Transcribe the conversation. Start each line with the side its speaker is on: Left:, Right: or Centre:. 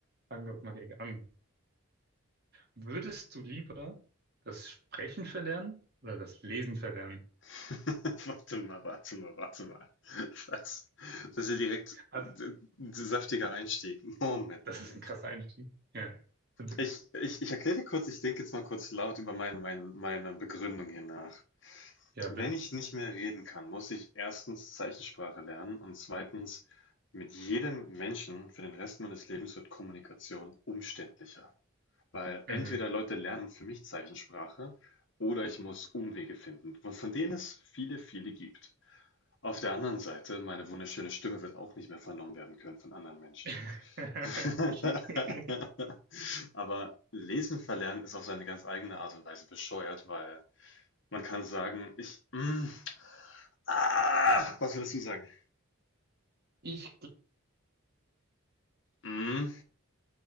Right: fangen wir mal direkt an. Würdest du lieber das Sprechen verlernen oder das Lesen verlernen?
Left: <laughs> Warte mal, warte mal, warte mal. Das, das ist ja direkt
Right: Also,
Left: ein saftiger Einstieg. Moment,
Right: das
Left: Moment.
Right: ist ein krasser Einstieg. Ja, bitte.
Left: Ich, ich, ich erkläre dir kurz, ich denke jetzt mal kurz laut über mein, mein, meine Begründung hier nach.
Right: Ja,
Left: Wenn
Right: bitte.
Left: ich nicht mehr reden kann, muss ich erstens Zeichensprache lernen und zweitens, mit jedem Menschen für den Rest meines Lebens wird Kommunikation umständlicher. Weil entweder
Right: Mhm.
Left: Leute lernen für mich Zeichensprache oder ich muss Umwege finden, wo- von denen es viele, viele gibt. Auf der anderen Seite, meine wunderschöne Stimme wird auch nicht mehr vernommen werden können von anderen Menschen.
Right: <laughs>
Left: <laughs> Aber Lesen verlernen ist auf seine ganz eigene Art und Weise bescheuert, weil man kann sagen, ich, mm, ah, was würdest du sagen?
Right: Ich
Left: Mm,